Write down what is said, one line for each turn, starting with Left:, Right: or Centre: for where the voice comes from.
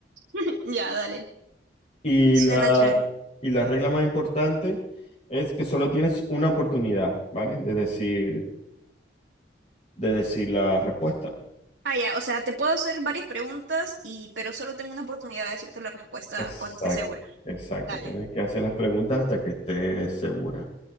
Right: <laughs> Ya, dale.
Left: Y
Right: Suena
Left: la,
Right: chévere.
Left: y la regla más importante es que solo tienes una oportunidad, ¿vale? De decir, de decir la respuesta.
Right: Ah, ya, o sea, te puedo hacer varias preguntas y pero solo tengo una oportunidad de decirte la respuesta
Left: Exacto,
Right: cuando esté segura.
Left: exacto.
Right: Dale.
Left: Tienes que hacer las preguntas hasta que estés segura.